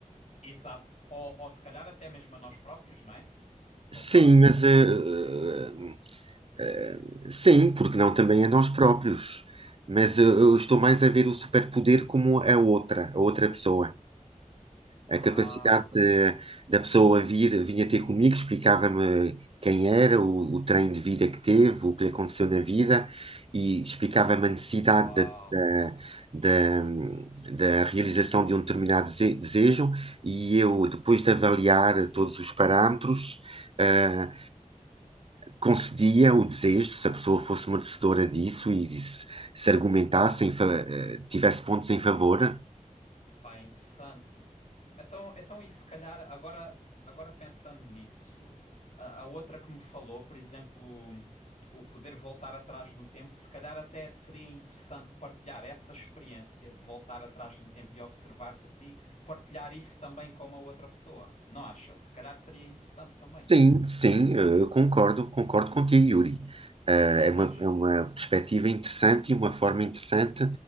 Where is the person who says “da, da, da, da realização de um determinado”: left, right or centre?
Right